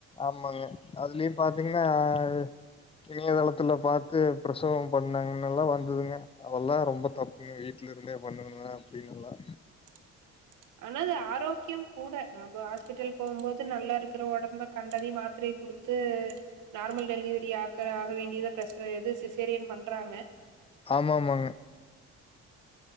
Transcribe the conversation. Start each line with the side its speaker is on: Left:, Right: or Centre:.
Left: ஆமாங்க அதுலையு பாத்தீங்கன்னா அது இணையதளத்துல பாத்து பிரசவம் பண்ணாங்கன்னுல்லா வந்ததுங்க அதல்லா ரொம்ப தப்புங்க வீட்ல இருந்தே பண்ணுனுவே அப்டின்னுல்லா
Right: <inaudible> ஆனா அது ஆரோக்கியம் கூட நம்ப ஹாஸ்பிட்டல் போகும் போது நல்லா இருக்குற ஒடம்ப கண்டதையு மாத்தரைய குடுத்து நார்மல் டெலிவரி ஆக்குற ஆக வேண்டியதா பிரசவ இது சிசேரியன் பண்றாங்க
Left: ஆமாமாங்க